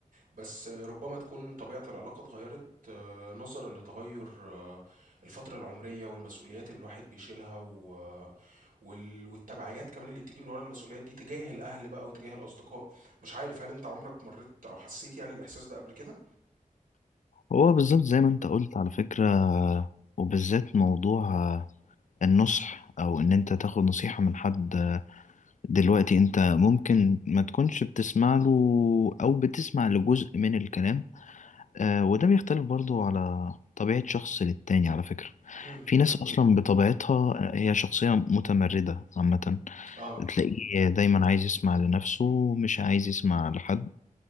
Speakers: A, on the right; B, on the left.
A: بس ربما تكون طبيعة العلاقة اتغيرت آه، نظرا لتغير آه، الفترة العمرية والمسؤوليات اللي الواحد بيشيلها و... آه، وال... والتبعيات كمان اللي بتيجي من ورا المسؤوليات دي تجاه الأهل بقى وتجاه الأصدقاء مش عارف هل أنت عمرك مريت أو حسيت يعني الإحساس ده قبل كده؟
B: هو بالظبط زي ما أنت قلت على فكرة آه، وبالذات موضوع النصح او ان انت تاخد نصيحة من حد دلوقتي انت ممكن ما تكونش بتسمع له او بتسمع لجزء من الكلام آه وده بيختلف برضو على طبيعة شخص للتاني على فكرة
A: مهم.
B: في ناس اصلا بطبيعتها هي شخصية متمردة عامة
A: اه
B: تلاقيه دايما عايز يسمع لنفسه مش عايز يسمع لحد